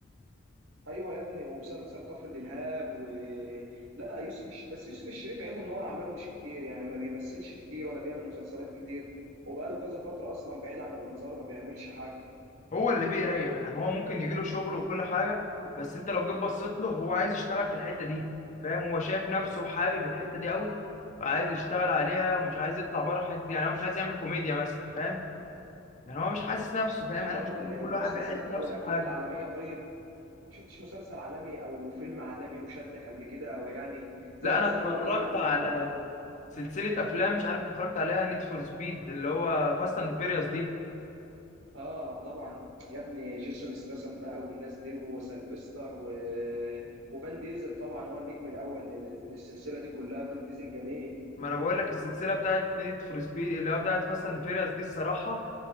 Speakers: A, on the right; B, on the left.
A: ايوه يا ابني ومسلسل كفر دلهاب و لا يوسف الش... بس يوسف الشريف عيبه ان هو اعماله مش كتير يعني ما بيمثلش كتير ولا بيعمل مسلسلات كتير وبقاله كذا فتره اصلا بعيد عن الانظار وما بيعملش حاجه
B: هو اللي بيريح يعني هو ممكن يجيله شغل وكل حاجه بس انت لو جيت بصيت له هو عايز يشتغل في الحته دي فاهم هو شايف نفسه وحابب الحته دي قوي فعايز يشتغل عليها ومش عايز يطلع بره الحته دي يعني هو مش عايز يعمل كوميديا مثلا فاهم يعني هو مش حاسس نفسه فاهم
A: في الدراما
B: انا بشوف
A: ال-
B: ان
A: المسلسلات
B: كل واحد بيحس نفسه
A: او الافلام
B: بحاجه
A: العالميه طيب ما شفتش مسلسل عالمي او فيلم عالمي وشدك قبل كده او يعني زي
B: لا
A: مثلا
B: انا اتفرجت
A: انا اقول لك على حاجه
B: على سلسله افلام مش عارف اتفرجت عليها نيد فور سبيد اللي هو فاست اند فيريوس دي
A: اه طبعا يا ابني جيسون استسم بقى والناس دي وسلفستر و... وفان ديزل طبعا هو النجم الاول لل- للسلسله دي كلها فان ديزل جميل
B: ما انا بقول لك السلسله بتاعت نيد فور سبيد اللي هي بتاعت فاست اند فيريوس دي الصراحه